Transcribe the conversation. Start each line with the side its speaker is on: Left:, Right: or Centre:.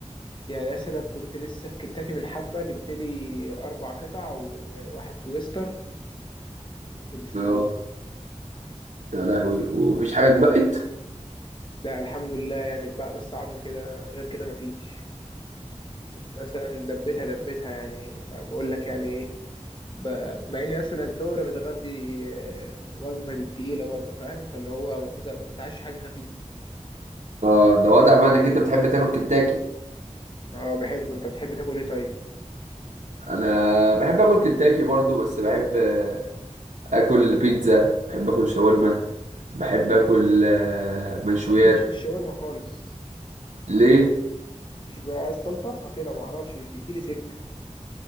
Left: يعني مثلا كنت لسه في كنتاكي من حبه جبت لي اربع قطع وواحد تويستر وكول سلو
Right: اه يا لهوي ومفيش حاجه اتبقت
Left: ده الحمد لله يعني بقى بس عظم كده غير كده مفيش بس مثلا دبيتها دبيتها يعني فبقول لك يعني ايه ب- مع اني مثلا الظهر متغدي آه، وجبه تقيله برضه فاهم فاللي هو المفروض ابقى متعشي حاجه خفيفه
Right: اه ده واضح بقى انك انت بتحب تاكل كنتاكي
Left: اه بحبه انت بتحب تاكل ايه طيب
Right: انا بحب اكل كنتاكي برضو بس بحب آه، اكل بيتزا بحب اكل شاورما بحب اكل آه، مشويات
Left: انا ماليش في الشاورما خالص
Right: ليه
Left: مش بستلطفها كده ما اعرفش مش بتجيلي سكه